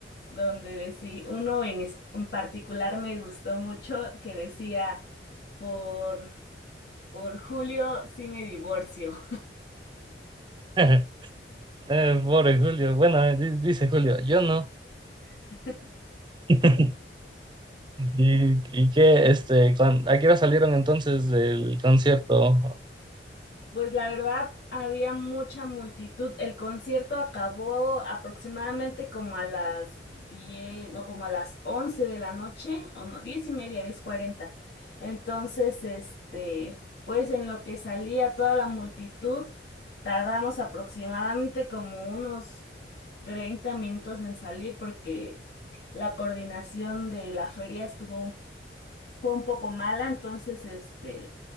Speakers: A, on the left; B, on the right.
A: donde decía, uno en, es- en particular me gustó mucho que decía, por, por Julio sí me divorcio.
B: <laughs> Eh, pobre Julio, bueno, eh, di- dice Julio, yo no.
A: <laughs>
B: <laughs> ¿Y, y qué, este, cuan- a qué hora salieron entonces del concierto?
A: Pues la verdad, había mucha multitud. El concierto acabó aproximadamente como a las 10, no, como a las 11 de la noche, o no, 10 y media, diez cuarenta. Entonces, este, pues en lo que salía toda la multitud, tardamos aproximadamente como unos 30 minutos en salir porque la coordinación de la feria estuvo fue un poco mala, entonces este,